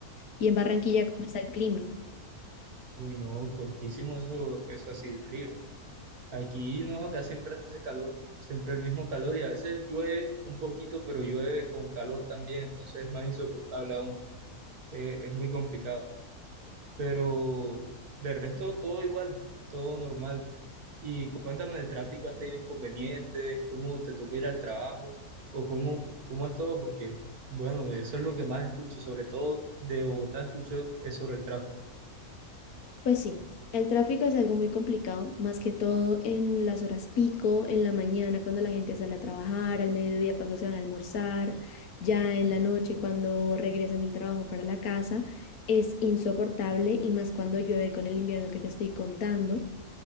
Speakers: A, on the left; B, on the right.
A: ¿Y en Barranquilla cómo está el clima?
B: Uy, no, fuertísimo eso, eso así de frío. Aquí no, acá siempre hace calor, siempre el mismo calor y a veces llueve un poquito, pero llueve con calor también, entonces es más insoportable aún, Eh, es muy complicado. Pero de resto todo igual, todo normal. Y cuéntame del tráfico, ¿has tenido inconvenientes? ¿Cómo te toca ir al trabajo? ¿O cómo, cómo es todo? Porque, bueno, eso es lo que más escucho, sobre todo de Bogotá escucho es sobre el tráfico.
A: Pues sí, el tráfico es algo muy complicado, más que todo en las horas pico, en la mañana cuando la gente sale a trabajar, al mediodía cuando se van a almorzar, ya en la noche cuando regresan del trabajo para la casa, es insoportable y más cuando llueve con el invierno que te estoy contando,